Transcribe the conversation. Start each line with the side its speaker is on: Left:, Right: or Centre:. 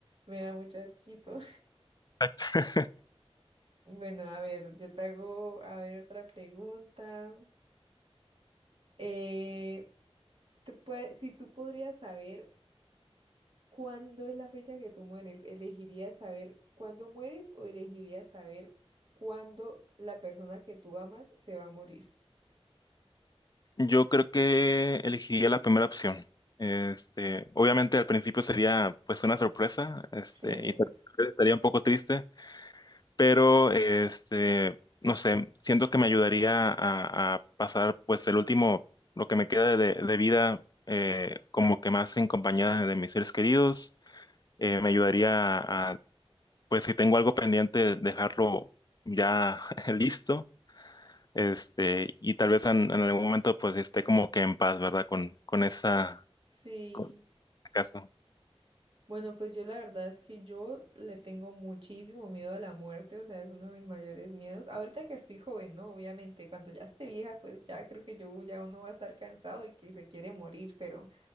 Right: me da mucho asquito.
Left: <laughs>
Right: Bueno, a ver, yo te hago, a ver, otra pregunta. Eh, si tú pue- si tú podrías saber cuándo es la fecha que tú mueres, ¿elegirías saber cuándo mueres o elegirías saber cuándo la persona que tú amas se va a morir?
Left: Yo creo que elegiría la primera opción. Este, obviamente al principio sería pues una sorpresa, este,
Right: Sí,
Left: y tal vez estaría un poco triste, pero este, no sé, siento que me ayudaría a, a pasar pues el último, lo que me queda de, de vida eh, como que más en compañía de mis seres queridos, Eh, me ayudaría a, a, pues si tengo algo pendiente, dejarlo ya <laughs> listo, este, y tal vez en, en algún momento pues esté como que en paz, ¿verdad? Con, con esa,
Right: sí.
Left: con ese caso.
Right: Bueno, pues yo la verdad es que yo le tengo muchísimo miedo a la muerte, o sea, es uno de mis mayores miedos. Ahorita que estoy joven, ¿no? Obviamente, cuando ya esté vieja, pues ya creo que yo ya uno va a estar cansado y que se quiere morir, pero